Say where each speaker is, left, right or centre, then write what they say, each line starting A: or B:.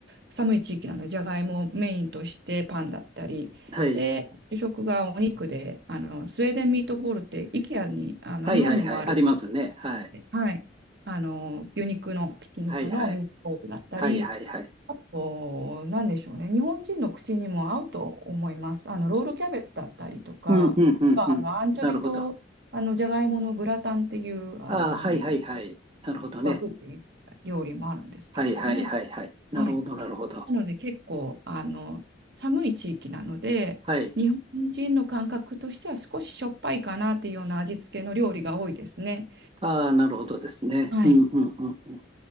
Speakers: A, on the right; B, on the right.
A: 寒い地域なので、じゃがいもをメインとしてパンだったり、
B: はい。
A: で、主食がお肉で、あの、スウェーデンミートボールって、イケアに、あの、
B: はいはいはい。
A: 日本にもある、
B: ありますね。はい。
A: はい、あの、牛肉の、ひき肉のミートボールだったり、
B: はいはい。はいはいはい。
A: あと、なんでしょうね、日本人の口にも合うと思います。あの、ロールキャベツだったりとか、
B: うんうんうんうん。
A: あの、アンチョビと、
B: なるほど。
A: あの、じゃがいものグラタンっていう、あの、
B: ああ、はいはいはい。
A: 誘
B: なるほどね。
A: 惑っていう料理もあるんですけれども、
B: はいはいはいはい。なるほどなるほど。
A: はいなので結構あの寒い地域なので日本人の感覚としては少ししょっぱいかなっていうような味付けの料理が多いですね。
B: はい。ああ、なるほどですね。
A: はい
B: うんうんうんうん。